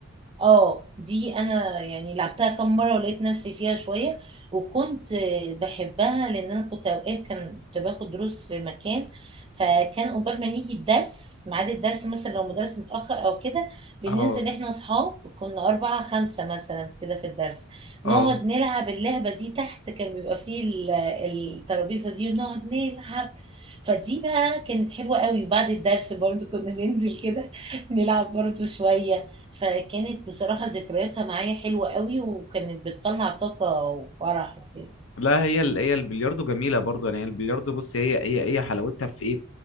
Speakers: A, on the right; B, on the left.
A: اه دي انا يعني لعبتها كام مره ولقيت نفسي فيها شويه وكنت بحبها لان انا كنت اوقات كان- كنت باخد دروس في مكان فكان قبل ما يجي الدرس ميعاد الدرس مثلا لو مدرس متاخر او كده بننزل
B: اه
A: احنا اصحاب كنا اربعه خمسه مثلا كده في الدرس
B: اه
A: نقعد نلعب اللعبه دي تحت كان بيبقى فيه ال- الترابيزه دي ونقعد نلعب فدي بقى كانت حلوة قوي بعد الدرس برضو كنا ننزل كده <laughs> نلعب برضو شوية فكانت بصراحة ذكرياتها معايا حلوة قوي وكانت بتطلع طاقة وفرح وكده
B: لا هي ال- هي البلياردو جميله برضو يعني هي البلياردو بص هي هي هي حلاوتها في ايه